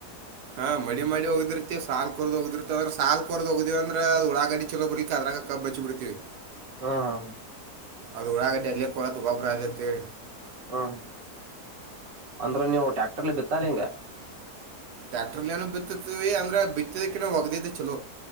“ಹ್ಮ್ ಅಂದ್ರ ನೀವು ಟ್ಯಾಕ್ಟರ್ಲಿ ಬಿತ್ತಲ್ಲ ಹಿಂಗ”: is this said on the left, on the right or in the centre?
Right